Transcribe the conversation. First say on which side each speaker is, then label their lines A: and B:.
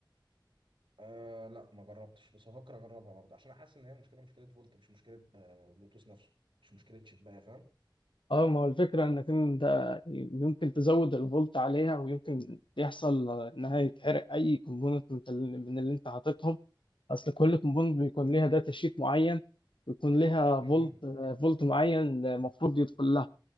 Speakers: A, on the right; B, on the left.
A: آه لا ما جربتش بس هفكر اجربها برضه عشان حاسس ان هي مشكله مشكله فولت مش مشكله آه، بلوتوث نفسه مش مشكله شبايه فاهم؟
B: اه ما هو الفكره انك انت يمكن تزود الفولت عليها ويمكن يحصل انها يتحرق اي كومبوننت من ال- من اللي انت حاططهم اصل كل كومبوند بيكون ليها داتا شيت معين ويكون ليها فولت
A: امم
B: فولت معين المفروض يدخل لها